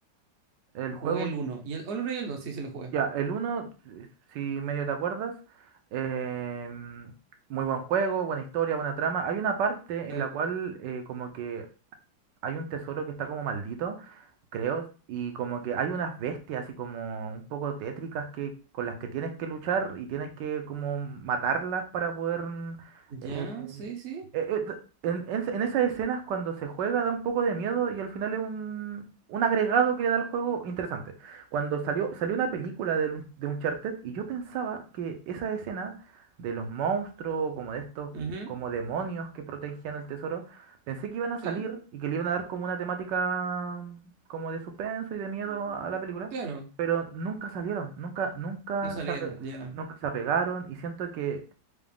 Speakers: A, on the right; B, on the right.
A: el
B: Jugué
A: juego
B: el uno Y el, o el uno y el dos sí, sí lo jugué.
A: Ya, el uno si si medio te acuerdas, em, muy buen juego, buena historia, buena trama. Hay una parte en
B: Sí.
A: la cual eh, como que hay un tesoro que está como maldito creo, y como que hay unas bestias así como un poco tétricas que con las que tienes que luchar y tienes que como matarlas para poder mm,
B: Ya,
A: eh,
B: sí, sí.
A: eh, eh, d- en, en- en esas escenas cuando se juega da un poco de miedo y al final es un, un agregado que le da al juego interesante. Cuando salió, salió una película de, un de Uncharted y yo pensaba que esa escena de los monstruos, como de estos,
B: Ujú,
A: como demonios que protegían el tesoro, Pensé que iban a
B: sí.
A: salir y que le iban a dar como una temática mm, como de suspenso y de miedo
B: Ujú.
A: a la película,
B: Claro,
A: pero nunca salieron, nunca, nunca
B: no salieron,
A: se ape-
B: ya.
A: nunca se apegaron y siento que